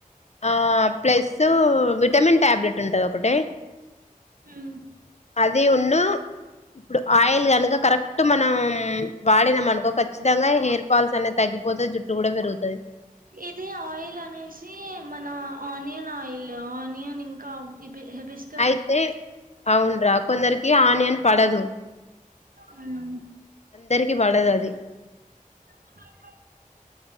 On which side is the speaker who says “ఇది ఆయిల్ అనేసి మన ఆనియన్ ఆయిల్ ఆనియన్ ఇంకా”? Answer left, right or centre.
Right